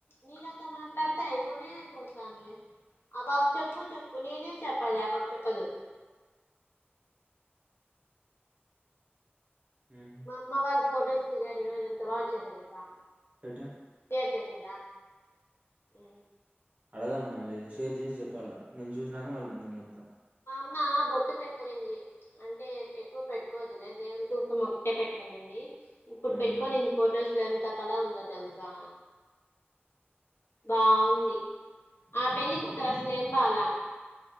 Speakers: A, on the left; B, on the right.
A: నీలా తొ మాట్లాడితె అయిపోనె అయిపోదు సామి. ఆ పాప చెప్పు చెప్పు నేనె చెప్పాలి ఆ పాప చెప్పదు.
B: హ్మ్
A: మా అమ్మవాళ్ ఫోటోస్ దిగారు ఈ రోజు, ఎంత బా వచ్చయి తెల్సా?
B: పెట్టు
A: టె చేసేదా ఊ
B: అడగాలన మళ్ళీ షేర్ జేసి చెప్ పల్ల నేను చూసినాక మళ్ళీ నేను చెప్తా
A: అమ్మా బొట్టు పెట్టుకొనింది. అంటే ఎక్కువ పెట్టుకోవద్దులే దేవుని కుంకుమ ఒక్కటే పెట్టుకుంటుంది. ఇప్పుడు
B: అవును
A: పెట్టుకోనింది ఫొటోస్ అట్ల ఎంత కలా ఉందో తెలుసా బాగుంది. ఆ పెళ్ళి కూతర అసల్ ఏమ్ బాల